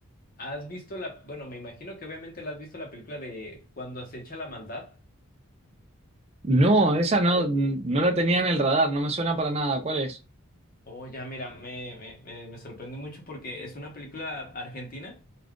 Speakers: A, on the left; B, on the right.
A: ¿has visto la, bueno, me imagino que obviamente la has visto la película de Cuando acecha la maldad?
B: No, esa no, no la tenía en el radar, no me suena para nada. ¿Cuál es?
A: Oh, ya, mira, me, me, me me sorprende mucho porque es una película argentina